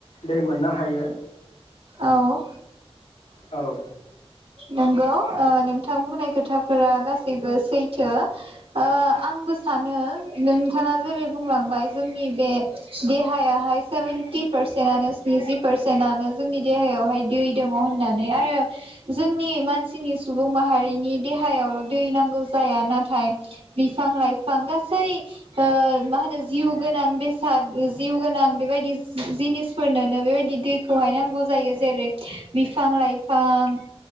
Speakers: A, on the left (about 85°); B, on the right (about 65°).
A: दै मोननो हा हायो
B: औ
A: औ
B: नंगौ ओ नोंथां बुंनायखो थाफोरा गासैबो सैथो आंबो सानो नों थाङा जेरै बुंलांबाय जोंनि बे देहायाहाय सेभेेनटि पारसेन्टानो स्निजि पारसेन्टानो जोंनि देहायावहाय दै दङ होननानै आरो जोंनि मानसिनि सुबुं माहारिनि देहायावल' दै नांगौ जाया नाथाय बिफां लाइफां फां गासै ओ मा होनो जिउ गोनां बेसाद जिउ गोनां बेबायदि जिनिसफोरनोनो बेबायदि दैखौहाय नांगौ जायो। जेरै बिफां लाइफां